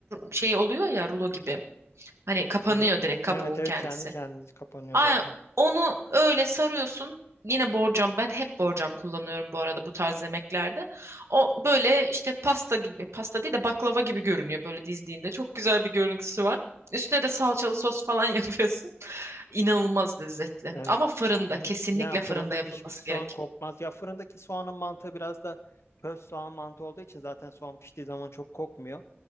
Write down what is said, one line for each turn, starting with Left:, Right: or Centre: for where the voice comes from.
Right: şey oluyor ya rulo gibi. Hani kapanıyor
Left: Hı hı.
Right: direkt
Left: Evet
Right: kabuğun
Left: evet
Right: kendisi.
Left: kendi kendini kapanıyor
Right: Aynen
Left: zaten.
Right: onu öyle sarıyorsun. Yine borcam ben hep borcam kullanıyorum bu arada bu tarz yemeklerde. O böyle işte pasta gibi pasta değil de baklava gibi görünüyor böyle dizdiğinde. Çok güzel bir görüntüsü var. Üstüne de salçalı sos falan <laughs> yapıyorsun. İnanılmaz lezzetli.
Left: Evet.
Right: Ama fırında
Left: Hı.
Right: kesinlikle
Left: Yani fırında
Right: fırında yapılması
Left: pişmiş soğan
Right: gerek.
Left: kokmaz. Ya fırındaki soğanın mantığı biraz da köz soğan mantığı olduğu için zaten soğan piştiği zaman çok kokmuyor.